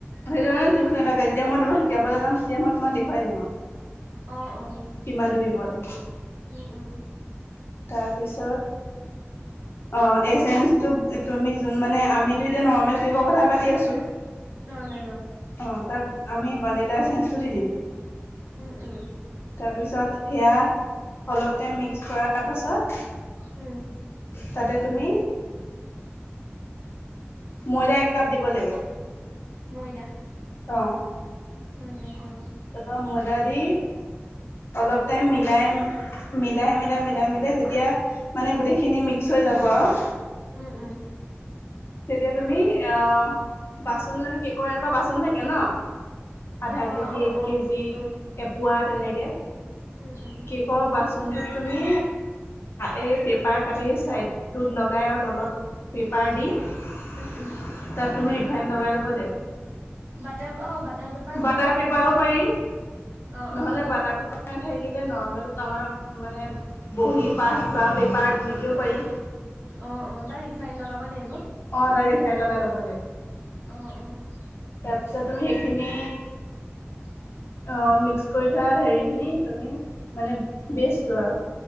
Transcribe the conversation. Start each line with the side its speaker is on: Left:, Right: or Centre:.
Left: সেইটোকাৰণে জোখ নাথাকে। যেতিয়া, মই তোমাৰ শিকাবলৈ যাম, তেতিয়া মই তোমাক দেখুৱাই দিম আৰু।
Right: অ'! অ'!
Left: কিমানটো দিব লাগে
Right: উম - উম।
Left: তাৰপিছত অ' এছেনছটো তুমি যোন- মানে আমিতো এতিয়া নৰ্মেল কে'কৰ কথা পাতি আছোঁ।
Right: নৰ্মেল অ'।
Left: অ' তাত আমি বানিলা এছেঞ্চটো দি দিম।
Right: উম - উম।
Left: তাৰপিছত সেয়া অলপ টাইম মিক্স কৰাৰ পাছত
Right: উম।
Left: তাতে তুমি ময়দা এক কাপ দিব লাগিব।
Right: ময়দা।
Left: অ'।
Right: ময়দা একাপ অ
Left: তাৰপৰা ময়দা দি অলপ টাইম মিলাই মিলাই - মিলাই - মিলাই - মিলাই যেতিয়া মানে গোটেইখিনি মিক্স হৈ যাব আৰু।
Right: উম - উম।
Left: তেতিয়া তুমি অ' বাচন মানে কেকৰ এনেকুৱা বাচন থাকে ন'।
Right: কেকৰ
Left: আধা কেজি,
Right: অ
Left: এক
Right: অ
Left: কেজি,
Right: অ
Left: এপোৱা তেনেকে।
Right: উম উম
Left: কেক'ৰ বাচনটোত তুমি এই পেপাৰ কাটি ছাইডটোত লগাই আৰু তলত পেপাৰ দি তাত
Right: উম উম
Left: তুমি ৰিফাইণ্ড লগাই ল'ব লাগিব।
Right: বাটাৰ অ' বাটাৰ পেপাৰ নহ'লেও
Left: বাটাৰ
Right: হ'ব
Left: পেপাৰো
Right: মানে
Left: পাৰি
Right: তেতিয়া। অ' -
Left: নহ'লে
Right: অ'।
Left: বাটাৰ পেপাৰ নাথাকিলে নৰ্মেল আমাৰ মানে বহী পাঠ বা পেপাৰ তেনেকৈও পাৰি।
Right: অ' - অ', তাৰ ৰিফাইন লগাব লাগিব?
Left: অ' তাৰ ৰিফাইন লগাই ল'ব লাগিব।
Right: অ' - অ'।
Left: তাৰপিছত তুমি সেইখিনি
Right: উ
Left: অ' মিক্স কৰি থোৱা হেৰিখিনি তুমি মানে বেছটো আৰু।